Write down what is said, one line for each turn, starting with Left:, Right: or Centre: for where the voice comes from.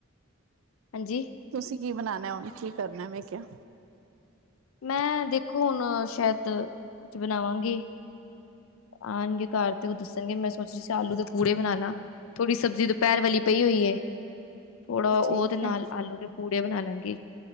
Left: ਹਾਂਜੀ,
Right: ਤੁਸੀਂ ਕੀ ਬਣਾਣਾ ਉਹਨੂੰ ਕੀ ਕਰਨਾ ਮੈਂ ਕਿਹਾ?
Left: ਮੈਂ ਦੇਖੋ ਹੁਣ ਸ਼ਾਇਦ ਚ ਬਣਾਵਾਂਗੀ। ਆਣਗੇ ਘਰ ਤੇ ਉਹ ਦੱਸਣਗੇ ਮੈਂ <unintelligible> ਆਲੂ ਦੇ ਪੂੜੇ ਬਣਾਣਾ ਥੋੜੀ ਸਬਜ਼ੀ ਦੁਪਹਿਰ ਵਾਲੀ ਪਈ ਹੋਈ ਐ। ਥੋੜਾ ਉਹਦੇ
Right: ਠੀਕ
Left: ਨਾਲ
Right: ਹੈ
Left: ਆਲੂ ਦੇ ਪੂੜੇ ਬਣਾ ਲਾਂਗੀ।